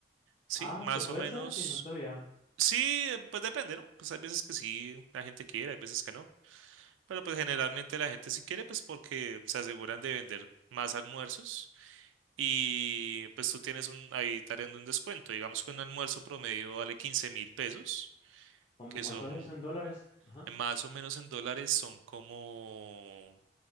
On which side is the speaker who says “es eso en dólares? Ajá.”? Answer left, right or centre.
Left